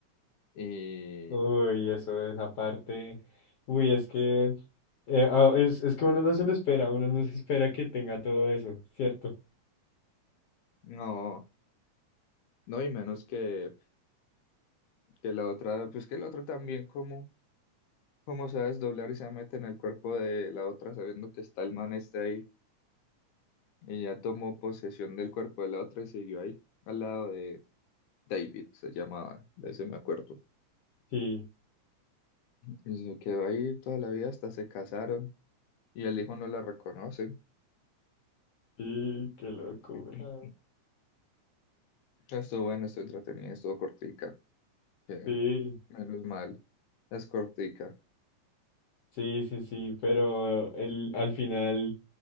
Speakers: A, on the left (about 85°); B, on the left (about 60°).
A: Y
B: Uy, eso, esa parte. Uy, es que eh, ah, es, es que uno no se lo espera, uno no se espera que tenga todo eso, ¿cierto?
A: no, no, y menos que, que la otra, pues que la otra también como, como se va a desdoblar y se mete en el cuerpo de la otra sabiendo que está el man este ahí y ya tomó posesión del cuerpo de la otra y siguió ahí al lado de David, se llamaba, de ese me acuerdo.
B: Sí,
A: Y se quedó ahí toda la vida hasta se casaron y el hijo no la reconoce.
B: sí, qué locura.
A: <clears throat> Estuvo bueno, estuvo entretenida, estuvo cortica, que
B: Sí.
A: menos mal, es cortica.
B: Sí, sí, sí, pero el, al final